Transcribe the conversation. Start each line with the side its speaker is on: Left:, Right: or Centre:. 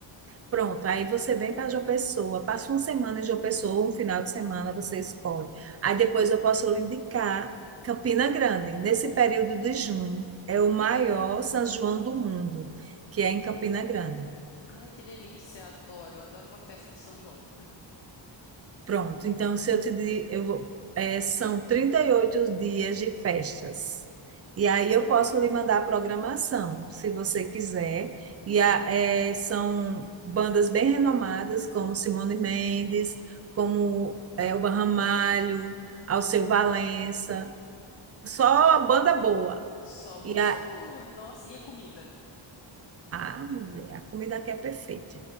Right: Pronto, aí você vem para João Pessoa, passa uma semana em João Pessoa, um final de semana você escolhe. Aí depois eu posso lhe indicar Campina Grande. Nesse período de junho, é o maior São João do mundo, que é em Campina Grande.
Left: Ai, que delícia, adoro, adoro uma festa de São João.
Right: Pronto, então se eu te di- eu vou, é, são 38 dias de festas. E aí eu posso lhe mandar a programação, se você quiser. E a- é, são bandas bem renomadas, como Simone Mendes, como é, Elba Ramalho, Alceu Valença. Só banda boa.
Left: Só música
Right: E a,
Left: boa, nossa, e a comida?
Right: a mulher, a comida aqui é perfeita.